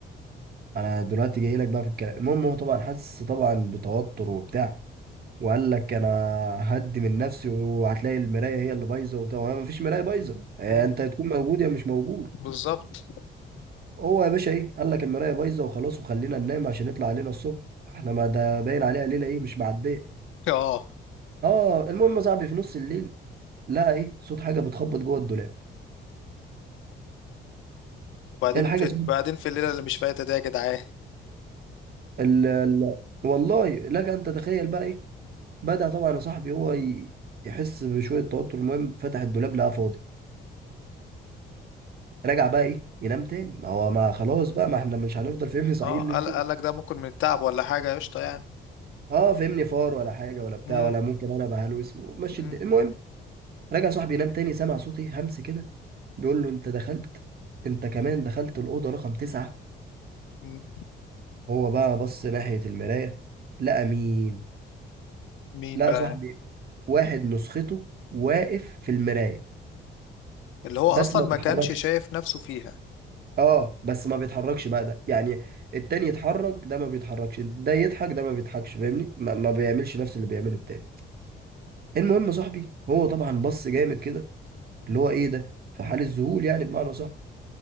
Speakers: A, on the right (about 50°); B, on the left (about 80°).
A: انا دلوقتي جاي لك بقى في الكلام المهم هو طبعا حس طبعا بتوتر وبتاع وقال لك انا هدي من نفسي وهتلاقي المرايه هي اللي بايظه وبتاع ما فيش مرايه بايظه آه،
B: مم.
A: انت هتكون موجود يا مش موجود
B: بالظبط
A: هو يا باشا ايه قال لك المرايه بايظه وخلاص وخلينا ننام عشان يطلع علينا الصبح احنا ما ده باين عليها ليله ايه مش معديه
B: اه
A: اه المهم يا صاحبي في نص الليل لقى ايه صوت حاجه بتخبط جوه الدولاب
B: وبعدين
A: ايه الحاجه
B: في
A: صوت
B: بعدين في الليله اللي مش فايته دي يا جدعان
A: ال ال والله لك ان تتخيل بقى ايه بدأ طبعا يا صاحبي هو ي- يحس بشويه توتر المهم فتح الدولاب لقى فاضي رجع بقى ايه ينام تاني ما هو ما خلاص بقى ما احنا مش هنفضل فهمني صحيح
B: اه
A: الليل
B: قال
A: كله
B: قال لك ده ممكن من التعب ولا حاجة قشطة يعني
A: اه فهمني فار ولا حاجه ولا بتاع
B: مم.
A: ولا ممكن انا بهلوس ومشي
B: مم.
A: الدنيا المهم رجع صاحبي ينام تاني سمع صوتي همس كده بيقول له انت دخلت انت كمان دخلت الأوضة رقم تسعة
B: مم.
A: هو بقى بص ناحية المراية لقى مين
B: مين
A: لقى
B: بقى
A: صاحبي واحد نسخته واقف في المراية
B: اللي هو
A: بس
B: أصلا
A: ما
B: ما
A: بيتحركش
B: كانش شايف نفسه فيها
A: اه بس ما بيتحركش بقى ده يعني التاني يتحرك ده ما بيتحركش ده يضحك ده ما بيضحكش فاهمني ما, ما بيعملش نفس اللي بيعمله التاني المهم صاحبي هو طبعا بص جامد كده اللي هو ايه ده في حال الذهول يعني بمعنى صح